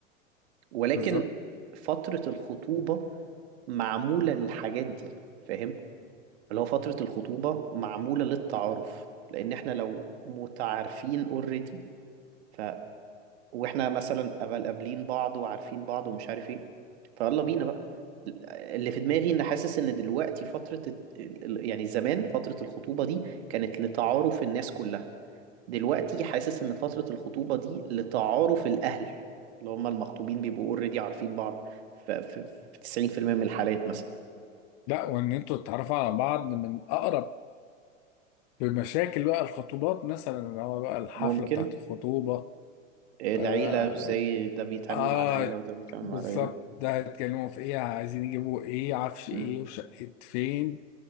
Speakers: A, on the right; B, on the left.
A: ولكن
B: بالظبط
A: فترة الخطوبة معمولة للحاجات دي فاهم اللي هو فترة الخطوبة معمولة للتعارف لأن احنا لو متعارفين اوريدي ف واحنا مثلا قبل قابلين بعض وعارفين بعض ومش عارف ايه فيلا بينا بقى اللي في دماغي ان حاسس ان دلوقتي فترة الت- ال- ال- يعني زمان فترة الخطوبة دي كانت لتعارف الناس كلها دلوقتي حاسس ان فترة الخطوبة دي لتعارف الأهل اللي هم المخطوبين بيبقوا اوريدي عارفين بعض ف- ف- في 90% من الحالات مثلا
B: لا وان انتوا تتعرفوا على بعض من اقرب بمشاكل بقى الخطوبات مثلا اللي هو بقى الحفلة
A: ممكن
B: بتاعت الخطوبة
A: إيه
B: آه,
A: العيلة ازاي ده بيتعامل
B: آه
A: مع العيلة وده بيتعامل
B: بالظبط
A: مع العيلة
B: ده هيتكلموا في إيه عايزين يجيبوا إيه عفش
A: مم.
B: إيه وشقة فين